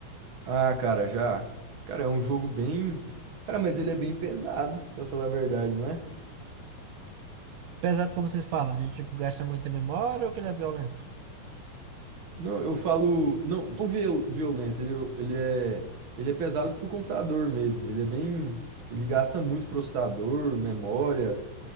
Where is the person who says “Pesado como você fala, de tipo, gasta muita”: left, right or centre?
Right